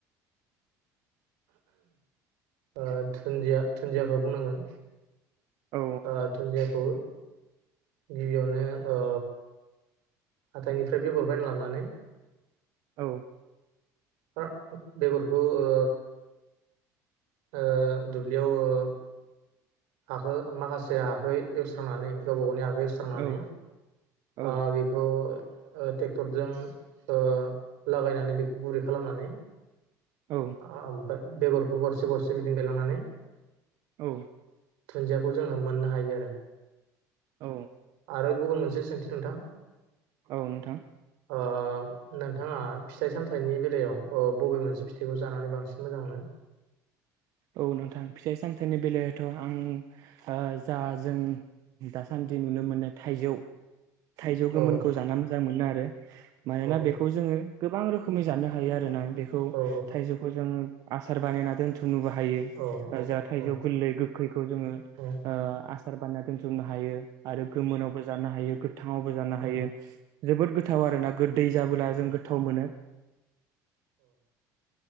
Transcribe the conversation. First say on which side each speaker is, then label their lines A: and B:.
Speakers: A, on the right; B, on the right.
A: ओ दुन्दिया दुन्दियाखौ बुंनांगोन।
B: औ
A: ओ दुन्दिया। खौ गिबियावनो ओ हाथायनिफ्राय बेगर बायना लाबानै
B: औ।
A: बा बेगरखौ ओ ओ दुब्लियाव ओ हाखौ माखासे हाखौ एवस्रांनानै गावबा गावनि हा स्रांनानै
B: औ औ
A: ओ बेखौ ओ टेक्टरजों ओ लागायनानै बेखौ गुरै खालामनानै
B: औ
A: आ। फाय बेगरखौ गरसे गरसे बिदिं गायलांनानै
B: औ।
A: दुन्दियाखौ जोंङो मोननो हायो आरो।
B: औ
A: आरो गुबुन मोन मोनसे सोंथि नोंथां।
B: औ नोंथां।
A: ओ नोंथांङा फिथाइ सामथाइनि बेलायाव ओ बबे मोनसे फिथाइखौ जानानै बांसिन मोजां मोनो?
B: औ नोंथां फिथाइ सामथाइनि बेलायावथ' आं ओ जा जों दासान्दि नुनो मोननाय थाइजौ थाइजौ
A: औ
B: गोमोनखौ जाना मोजां मोनो आर मानोना
A: औ
B: बेखौ जोंङो गोबां रोखोमै जानो हायो आरोना। बेखौ
A: औ
B: थाइजौखौ जों आसार बानायना दोनथ नोबो हायो
A: औ
B: जाथाइजौ
A: औ
B: गोरलै गोखैखौ जोंङो
A: औ
B: ओ आस सार बाननाय दोन्थुमनो हा हायो आरो गोमोनावबो जानो हायो गो थांङावबो जानो
A: औ
B: हायो। जोबोद गोथाव आरो ना गोदै जाबोला जों गोथाव मोनो